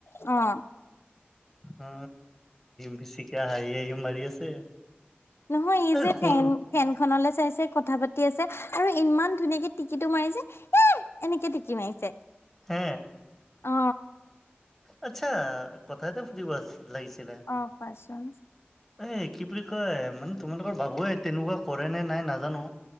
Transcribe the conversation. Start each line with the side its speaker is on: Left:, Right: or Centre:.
Left: অহ
Centre: অ বেচিকে হাঁহি হাঁহি মাৰি আছে।
Left: নহয় ইজে
Centre: এই শুন
Left: ঠেন ফেনখনলৈ চাই চাই কথা পাতি আছে আৰু ইমান ধুনীয়াকে টিকিতো মাৰিছে। এনেকে টিকি মাৰিছে।
Centre: হে।
Left: অ।
Centre: আচ্ছা কথা এটা সুধিব লাগিছিলে।
Left: অ কোৱাচোন?
Centre: এই কি বুলি কয় মানে তোমালোকৰ বাবুৱে তেনেকুৱা কৰেনে নাই নাজানো।